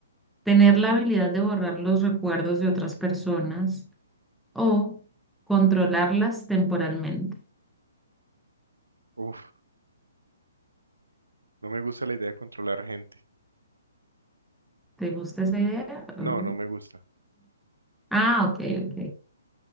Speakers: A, in the centre; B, on the right.
A: ¿Tener la habilidad de borrar los recuerdos de otras personas o controlarlas temporalmente?
B: Uf, no me gusta la idea de controlar gente.
A: ¿Te gusta esa idea?
B: No,
A: Oh.
B: no me gusta.
A: Ah, ok, ok.